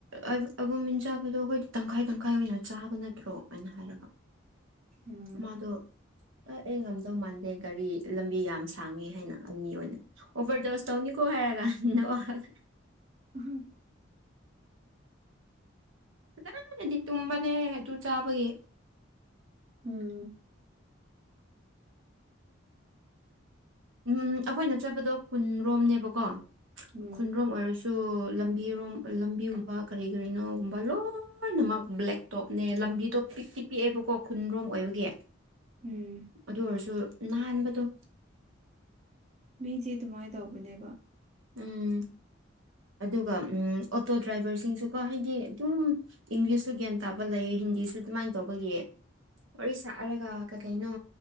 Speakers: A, on the right; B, on the right.
A: ꯑꯥꯏꯕ‌ꯣ ꯑꯦꯕꯣꯃꯤꯟ ꯆꯥꯕꯗꯣ ꯑꯈꯣꯏꯗꯤ ꯇꯪꯈꯥꯏ ꯇꯪꯈꯥꯏ ꯑꯣꯏꯅ ꯆꯥꯕ ꯅꯠꯇ꯭ꯔꯣ ꯑꯥꯏꯅ ꯍꯥꯏ
B: ꯎꯝ
A: ꯃꯥꯗꯣ ꯑꯦ ꯑꯩ ꯉꯝꯗꯧ ꯃꯥꯟꯗꯦ ꯒꯥꯔꯤ ꯂꯝꯕꯤ ꯌꯥꯝ ꯁꯥꯡꯉ‌ꯦ ꯍꯥꯏꯅ ꯑꯅꯤ ꯑꯣꯏꯅ ꯑꯣꯕ꯭ꯔꯗꯣꯁ ꯇꯧꯅꯤꯀꯣ ꯍꯥꯏꯔꯒ ꯅꯣꯛꯑꯒ
B: ꯎꯝꯍꯨꯝ
A: ꯐꯖꯅꯗꯤ ꯇꯨꯝꯕꯅꯦ ꯑꯗꯨ ꯆꯥꯕꯒꯤ
B: ꯎꯝ
A: ꯎꯝ ꯑꯈꯣꯏꯅ ꯆꯠꯄꯗꯣ ꯈꯨꯟꯔꯣꯝꯅꯦꯕꯀꯣ
B: ꯎꯝ
A: ꯈꯨꯟꯔꯣꯝ ꯑꯣꯏꯔꯁꯨ ꯇꯨ ꯂꯝꯕꯤꯔꯣꯝ ꯂꯝꯕꯤꯒꯨꯝꯕ ꯀꯔꯤ ꯀꯔꯤꯅꯣꯒꯨꯝꯕ ꯂꯣꯏꯅꯃꯛ ꯕ꯭ꯂꯦꯛ ꯇꯣꯞꯅꯦ ꯂꯝꯕꯤꯗꯣ ꯄꯤꯛꯇꯤ ꯄꯤꯛꯑꯦꯕꯀꯣ ꯈꯨꯟꯔꯣꯝ ꯑꯣꯏꯕꯒꯤ
B: ꯎꯝ
A: ꯑꯗꯨ ꯑꯣꯏꯔꯁꯨ ꯅꯥꯟꯕꯗ‌ꯣ
B: ꯃꯤꯗꯤ ꯑꯗꯨꯃꯥꯏ ꯇꯧꯕꯅꯦꯕ
A: ꯎꯝ ꯑꯗꯨꯒ ꯎꯝ ꯑꯣꯇꯣ ꯗ꯭ꯔꯥꯏꯚ꯭ꯔꯁꯤꯡꯁꯨꯀꯣ ꯍꯥꯏꯗꯤ ꯑꯗꯨꯝ ꯏꯪꯂꯤꯁꯁꯨ ꯒ꯭ꯌꯥꯟ ꯇꯥꯕ ꯂꯩꯌꯦ ꯍꯤꯟꯗꯤꯁꯨ ꯑꯗꯨꯃꯥꯏꯟ ꯇꯧꯕꯒꯤ ꯋꯥꯔꯤ ꯁꯥꯔꯒ ꯀꯩꯀꯩꯅꯣ